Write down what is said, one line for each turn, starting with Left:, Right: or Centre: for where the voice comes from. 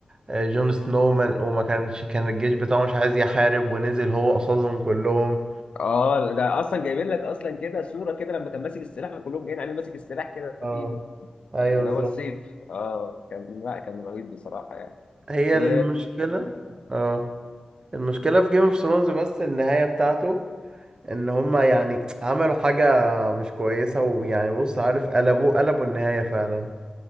Right: آه، جون سنو من... وما كانش كان الجيش بتاعه مش عايز يحارب ونزل هو قصادهم كلهم
Left: آه، ده اصلا جايبين لك اصلا كده صوره كده لما كان ماسك السلاح كلهم جايين عليه ماسك السلاح كده
Right: اه
Left: بايده
Right: ايوه
Left: اللي
Right: بالظبط
Left: هو السيف اه كان لا كان رهيب بصراحه يعني
Right: هي
Left: و
Right: المشكلة اه المشكلة في جيم اوف ثرونز بس النهاية بتاعته ان هما يعني عملوا حاجة مش كويسة ويعني بص عارف قلبوه قلبوا النهاية فعلا